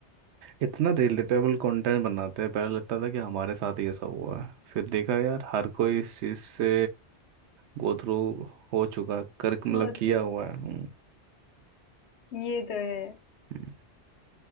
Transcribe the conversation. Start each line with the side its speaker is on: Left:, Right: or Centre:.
Right: इतना रिलेटेबल कंटेंट बनाते हैं पहले लगता था कि हमारे साथ ये सब हुआ है फिर देखा यार हर कोई इस चीज से गो थ्रू हो चुका है, कर मतलब
Left: सोच
Right: किया हुआ है हम्म,
Left: ये तो है
Right: हम्म।